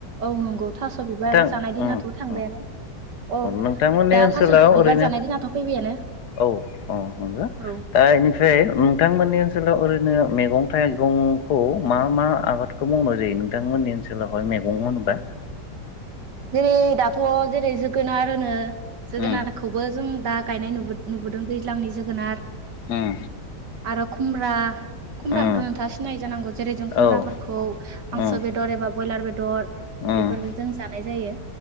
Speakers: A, on the right; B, on the left.
A: औ नंगौ थास' बिबार
B: ओं
A: जानाय दिनाथ' थांबायानो
B: ओंऔ
A: औ
B: नोंथांमोननि
A: दा
B: ओनसोलाव
A: थास' बिबार
B: ओरैनो
A: जानाय दिनाथ' फैबायानो
B: औ औ नंगो
A: औ
B: दा इनिफ्राय नोंथांमोन नि ओनसोलाव ओरैनो मैगं थाइगंखौ मा मा आबादखौ मावनाय जायो नोंथांमोननि ओनसोलावहाय मैगं होनबा
A: जेरै दाथ' जेरै जोगोनार ओनो जोगोनारखौबो
B: उम
A: जों दा गायनाय नुबोद-नुबोदों दैज्लांनि जोगोनार
B: उम
A: आरो कुम्रा खुमब्राखौथ'
B: उम
A: नोंथाङा सिनाय जानांगौ जेरै जों खुमब्राफोरखौ
B: औ उम
A: हांसो बेदर एबा बयलार बेदर
B: उम
A: बेफोरखो जों जा- नाय जायो